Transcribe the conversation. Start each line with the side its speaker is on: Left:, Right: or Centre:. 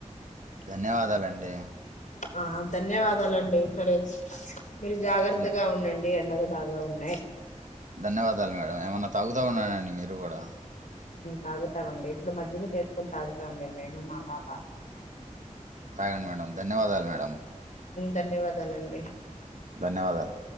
Right: ధన్యవాదాలండి
Left: ఆ ధన్యవాదాలండి సరే మీరు జాగ్రత్తగా
Right: ధన్య
Left: ఉండండి ఎండలు బాగా ఉన్నాయి
Right: ధన్యవాదాలు మేడం ఏమన్నా తాగుతా ఉన్నానండి మీరు కూడా
Left: తాగుతామండి ఇప్పుడు మజ్జిగ చేసుకుని తాగుతాండడి మేము మా పాప
Right: గండి మేడం ధన్యవాదాలు మేడం
Left: ధన్యవాదాలండి
Right: ధన్యవాదాలు